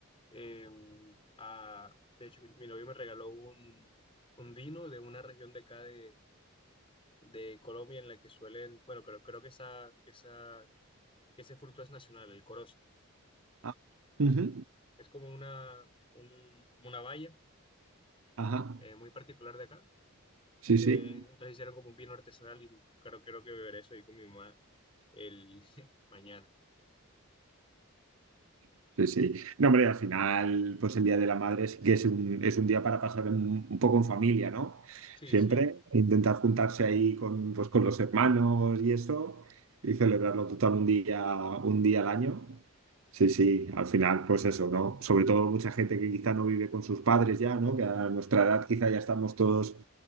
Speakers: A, on the left (about 25°); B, on the right (about 70°).
A: Eh, ah, de hecho, mi, mi novio me regaló un, un vino de una región de acá de, de Colombia en la que suelen, bueno, creo, creo que esa, que esa, que ese fruto es nacional, el corozo.
B: Ah, ujú.
A: Es como una, un, como una valla
B: Ajá,
A: eh, muy particular de acá
B: sí,
A: Eh,
B: sí.
A: entonces hicieron como un vino artesanal y creo, creo que beberé eso ahí con mi mamá el <laughs> mañana.
B: Sí, sí. No, hombre, al final, pues el Día de la Madre sí que es un, es un día para pasar en- un poco en familia, ¿no?
A: Sí,
B: Siempre
A: sí,
B: e intentar juntarse ahí con, pues, con los hermanos y eso y celebrarlo total un día, un día al año. Sí, sí, al final, pues eso, ¿no? Sobre todo mucha gente que quizá no vive con sus padres ya, ¿no? Que a nuestra edad quizá ya estamos todos